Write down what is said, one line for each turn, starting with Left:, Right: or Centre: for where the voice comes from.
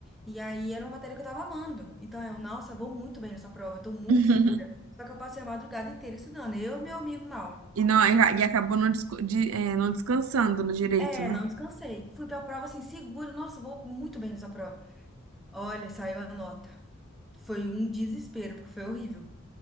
Centre: E aí era uma matéria que eu tava amando. Então eu, nossa, vou muito bem nessa prova, eu tô muito
Right: <laughs>
Centre: segura. Só que eu passei a madrugada inteira estudando, eu e meu amigo Mauro.
Right: E não, e acabou não, desco- de- é, não descansando no direito,
Centre: É,
Right: né?
Centre: não descansei. Fui pra prova assim, seguro. Nossa, eu vou muito bem nessa prova. Olha, saiu a nota. Foi um desespero, porque foi horrível.